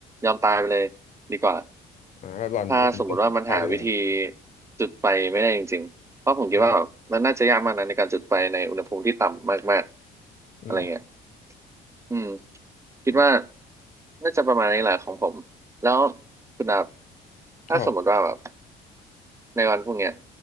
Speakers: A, on the right; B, on the left.
A: ยอมตายไปเลยดีกว่า
B: อ่าหล่อนหล่อนเป็นแบบตายดีกว่า
A: ถ้าสมมุติว่ามันหาวิธีจุดไฟไม่ได้จริงๆเพราะผมคิดว่าแบบมันน่าจะยากมากนะในการจุดไฟในอุณหภูมิที่ต่ำมาก
B: ครับ
A: ๆอะไรเงี้ย
B: อืม
A: อืมคิดว่า
B: อ่า
A: น่าจะประมาณนี้แหละของผมแล้วคุณดับถ้าสมมติว่าแบบ
B: ครับผม
A: ในวันพรุ่งเนี้ย